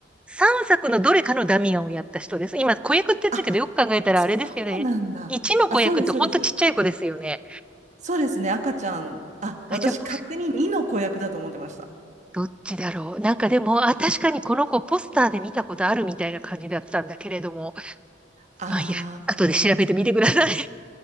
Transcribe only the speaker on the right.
<laughs> あ、
そうなんだ。
あ、そうです、そうです。そうですね、赤ちゃん。あ、
私勝手に2の子役だと思ってました。
ああ。